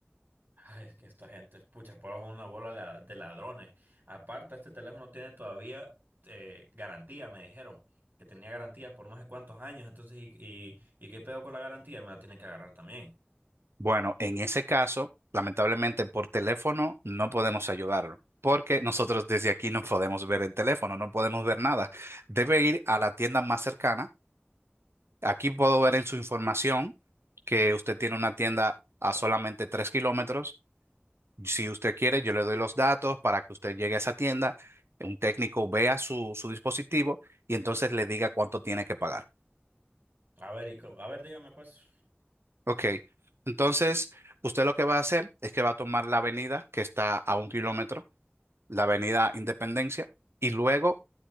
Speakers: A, on the right; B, on the right.
A: Ay, es que esta gente, pucha, pues es una bola la- de ladrones. Aparte, este teléfono tiene todavía eh, garantía, me dijeron, que tenía garantía por no sé cuántos años. Entonces, ¿y, y, y qué pedo con la garantía? Me la tienen que agarrar también.
B: Bueno, en ese caso, lamentablemente por teléfono no podemos ayudarlo, porque nosotros desde aquí no podemos ver el teléfono, no podemos ver nada. Debe ir a la tienda más cercana. Aquí puedo ver en su información que usted tiene una tienda a solamente tres kilómetros. Si usted quiere, yo le doy los datos para que usted llegue a esa tienda, un técnico vea su, su dispositivo y entonces le diga cuánto tiene que pagar.
A: A ver, y, co- a ver, dígame pues.
B: Ok, entonces usted lo que va a hacer es que va a tomar la avenida que está a un kilómetro la Avenida Independencia, y luego